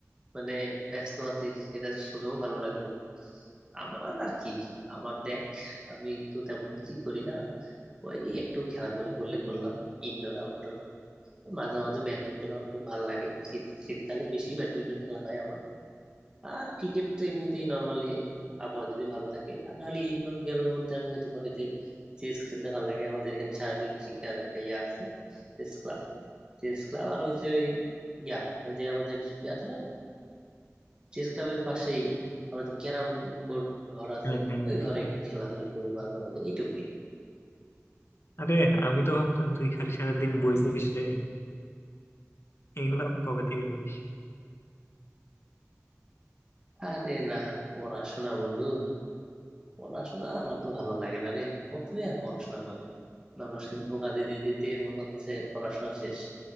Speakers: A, on the right (about 20°); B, on the left (about 55°).
A: মানে ব্যস্ত আছিস এটা শুনেও ভালো লাগলো আমার আর কি আমার দেখ আমি তো তেমন কিছুই করি না ওই একটু খেলাধুলা করলে করলাম ইনডোর আউটডোর মাঝে মাঝে ব্যাডমিন্টন আমার খুব ভালো লাগে শীত শীতকালে বেশি ব্যাডমিন্টন খেলা হয় আমার আর ক্রিকেট তো এমনিতেই নর্মালি আবহাওয়া যদি ভালো থাকে আর নাহলে ইনডোর গেমের মধ্যে আমি হয়তো বা ওই যে চেস খেলতে ভালো লাগে আমাদের এখানে শারীরিক শিক্ষার একটা ইয়ে আছে চেস ক্লাব চেস ক্লাব আর হচ্ছে ওই ইয়া ওই যে আমাদের ইয়ে আছে না চেস ক্লাবের পাশেই আমাদের ক্যারাম বোর্ড ঘর আছে
B: হ্যাঁ হ্যাঁ
A: ওই
B: হ্যাঁ
A: ঘরে একটু খেলাধুলা করি মাঝে মাঝে এইটুকুই
B: আরে আমি তো ভাবতাম তুই খালি সারাদিন বই পড়িস রে এগুলো আবার কবে থেকে করিস
A: আরে না পড়াশোনা বন্ধু পড়াশোনা আর অত ভালো লাগে না রে কতই আর পড়াশোনা করে মানুষকে ধোঁকা দিতে দিতে ওর হচ্ছে পড়াশোনা শেষ